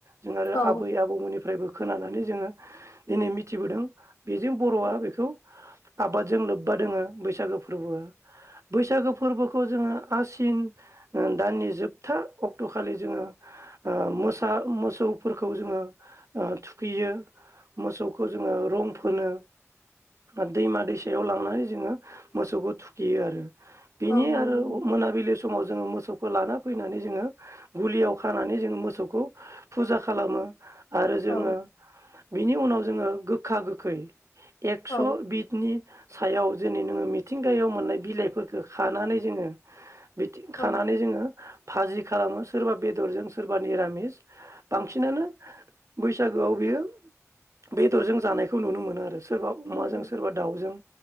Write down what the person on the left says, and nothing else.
औ
औ
नंगौ
औ
औ
औ
नंगौ